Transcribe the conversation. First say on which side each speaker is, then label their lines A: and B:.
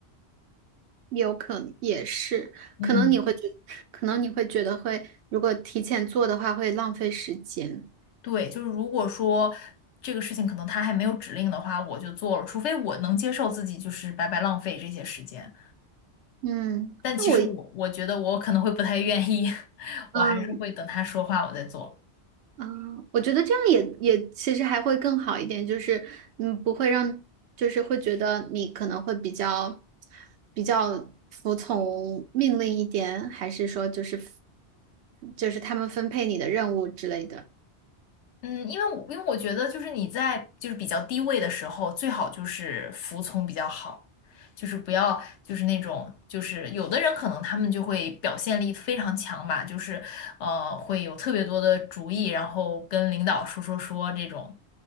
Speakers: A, on the right (about 75°); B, on the left (about 85°).
A: 有可能也是，
B: 嗯。
A: 可能你会觉，可能你会觉得会，如果提前做的话会浪费时间。
B: 对，就是如果说这个事情可能他还没有指令的话，我就做了，除非我能接受自己就是白白浪费这些时间。
A: 嗯，
B: 但其实我我觉得我可能会不太愿意，
A: 那我，
B: <laughs> 我还是会等他说话我再做。
A: 嗯，嗯，我觉得这样也也其实还会更好一点，就是嗯，不会让就是会觉得你可能会比较比较服从命令一点，还是说就是就是他们分配你的任务之类的。
B: 嗯，因为我因为我觉得就是你在就是比较低位的时候，最好就是服从比较好，就是不要就是那种就是有的人可能他们就会表现力非常强吧，就是呃会有特别多的主意，然后跟领导说说说这种，